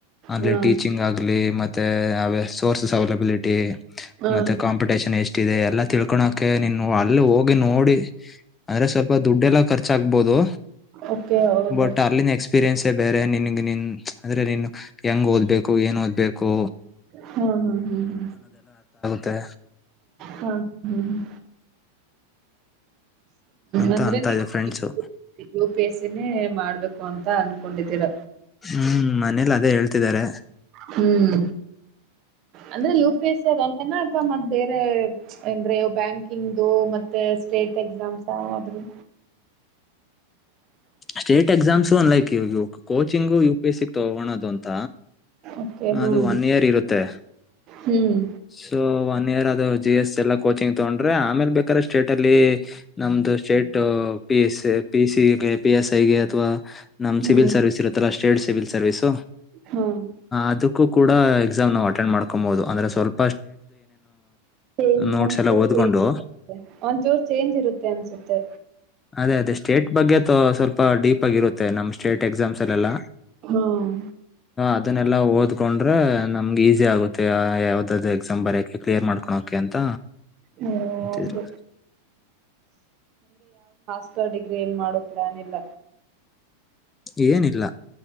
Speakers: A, on the left (about 15°); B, on the right (about 35°).
A: ಅಲ್ಲಿ
B: ಹ್ಮ್
A: ಟೀಚಿಂಗ್ ಆಗ್ಲಿ ಮ ಮತ್ತೆ ಅವೇ ಸೋರ್ಸಸ್ ಅವೈಲಬಿಲಿಟಿ
B: ಹ್ಮ್
A: ಮತ್ತೆ ಕಾಂಪಿಟೇಷನ್ ಎಷ್ ಟ್ಟಿದೆ ಎಲ್ಲ ತಿಳ್ಕೊಣಕೆ ನೀನು ಅಲ್ಲಿ ಹೋಗಿ ನೋಡಿ ಅಂದ್ರೆ ಸ್ವಲ್ಪ ಎಲ್ಲ ಖರ್ಚಾಗ್ಬೋದು
B: ಓಕೆ ಹೌದು
A: ಬಟ್ ಅಲ್ಲಿನ್ ಎಕ್ಸ್ಪೀ ರಿಯನ್ಸೇ ಬೇರೆ ನಿನಗೆ ನಿನ್ ಆದ್ರೆ ನೀನು ಹೆಂಗ್ ಓದ್ಬೇಕು ಏನ್ ಓದ್ ಬೇಕು
B: ಹಾ ಹಾ ಹ ಹ
A: ತ್ತೆ
B: ಹಾ ಹ್ಮ
A: ಅಂತ
B: <inaudible> ಅಂದ್ರೆ
A: ಅಂತ
B: ನೀ
A: ಇದೆ
B: <unintelligible>
A: ಫ್ರೆಂಡ್ಸು
B: ಯು ಪಿ ಎಸ್ಸಿ ನೆ ಮಾಡ್ಬೇಕು ಅಂತ ಅನ್ಕೊಂಡಿದ್ದೀರ.
A: ಹ್ಮ್ ಮನೇಲ್ ಅದೇ ಹೇಳ್ತಿದ್ದಾರೆ.
B: ಹ್ಮ್ ಅಂದ್ರೆ ಯು ಪಿ ಎಸ್ ಮ ಬೇರೆ ಏಂದ್ರೆ ಬ್ಯಾಂಕಿಂಗದು ಮತ್ತೆ ಸ್ಟೇಟ್ ಎಕ್ಸಾಮ್ ಆದ್ರೆ
A: ಸ್ಟೇಟ್ ಎಕ್ಸಾಮ್ಸುನ್ like coaching U P S C ತಗೋಳೋದು ಅಂತ.
B: ಓಕೆ ಹ್ಮ್
A: ಅದು ಒನ್ ಇಯರ್ ಇರುತ್ತೆ
B: ಹ್ಮ್
A: ಸೊ ಒನ್ ಇಯರ್ ಅದು ಜಿ ಎಸ್ ಎಲ್ಲ ಕೋಚಿಂಗ ತಗೊಂಡ್ರ ಆಮೇಲೆ ಬೇಕಾರೆಷ್ಟ ಸ್ಟೇಟ್ ಅಲ್ಲಿ ನಮ್ದು state P S P C P S ಐಗೆ ಅಥವಾ ನಮ್
B: ಹ್ಮ್
A: ಸಿವಲ್ ಸರ್ವಿಸ್ ಇರುತ್ತಲ್ಲ ಸ್ಟೇಟ್ ಸಿವಿಲ್ ಸರ್ವ್
B: ಹ್ಮ್
A: ಅದಕ್ಕೂ ಕೂಡ ಎಸಾಮ ನವು ಅಟೆಂಡ್ ಮಾಡ್ಕೊಬುದು ಅಂದ್ರೆ ಸ್ವಪ
B: ಚಂಜ್
A: ನೋಟ್ಸ್
B: ಒಂಚೂರ್
A: ಎಲ್ಲ ಓದ್ಕೊಂಡು
B: ಚೇಂಜ್ ಇರುತ್ತೆ ಒಂಚೂರು ಚೇಂಜ್ ಇರುತ್ತೆ ಅನ್ಸುತ್ತೆ.
A: ಅದೇ ಅದೇ ಸ್ಟೇಟ್ ಬಗ್ಗೆ ಸ್ವಲ್ಪ ಡೀಪ್ ಆಗಿ ಇರುತ್ತೆ ನಮ ಸ್ಟೇಟ್ ಎಕ್ಸಾಮ್ಸ್ಲಲ್ಲ
B: ಹ್ಮ್
A: ಅದನ್ನೆಲ್ಲಾ ಓದ್ಕೊಂಡ್ರ ನಮ ಈ. ಆಗುತ್ತೆ ಯ ಎಕ್ಸಾಮ್ ಬರೆಯಕೆ ಕ್ಲಿಯರ್ ಮಾಡ್ಕೊಕೆ ಅಂತ
B: ಹ್ಮ್,
A: ಅಂತಿದ್ರು.
B: ಹೌದು ಸರ್ ಡಿಗ್ರಿ ಏನು ಮಾಡೋ ಪ್ಲ್ಯಾನ್ ಇಲ್ಲ.
A: ಏನಿಲ್ಲ